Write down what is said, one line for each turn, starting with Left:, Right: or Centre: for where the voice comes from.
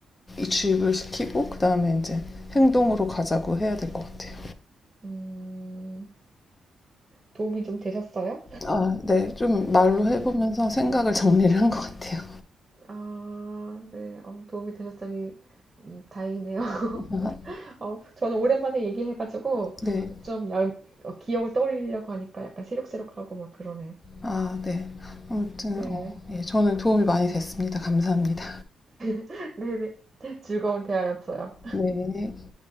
Left: 주입을 시키고, 그 다음에 이제 행동으로 가자고 해야 될 것 같아요.
Right: 음, 도움이 좀 되셨어요?
Left: 아, 네. 좀 말로 해보면서 생각을 정리를 한 것 같아요.
Right: 아, 네, 어, 도움이 되셨다니 음, 다행이네요. <laughs>
Left: <laughs> 아,
Right: 어, 저는 오랜만에 얘기해가지고
Left: 네.
Right: 좀 야, 어, 기억을 떠올리려고 하니까 약간 새록새록하고 막 그러네요.
Left: 아, 네. 아무튼,
Right: 네,
Left: 어, 예, 저는 도움이 많이 됐습니다. 감사합니다.
Right: <laughs> 네네, 즐거운 대화였어요.
Left: 네.